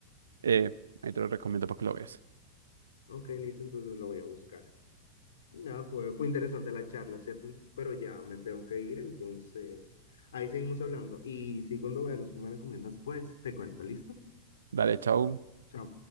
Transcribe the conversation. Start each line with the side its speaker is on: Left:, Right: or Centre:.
Right: Eh, ahí te lo recomiendo para que lo veas.
Left: Ok, listo, entonces lo voy a buscar. Nada, fue, fue interesante la charla, ¿cierto? Pero ya me tengo que ir, entonces ahí seguimos hablando. Y si cuando veas los que me recomiendas, pues te cuento, ¿listo?
Right: Dale, chao.
Left: Chao.